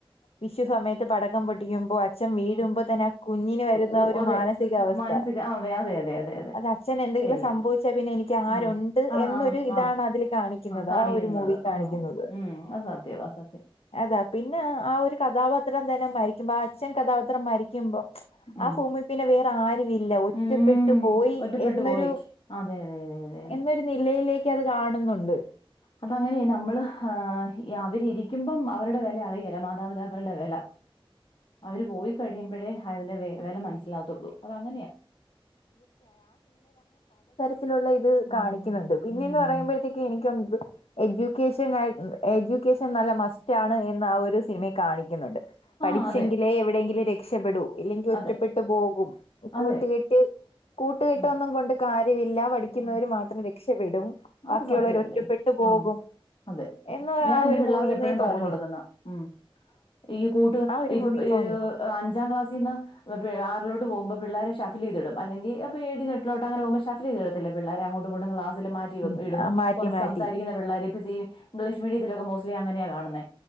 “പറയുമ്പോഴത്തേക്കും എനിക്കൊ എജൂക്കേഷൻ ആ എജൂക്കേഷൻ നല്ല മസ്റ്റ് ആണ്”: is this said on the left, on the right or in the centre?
Left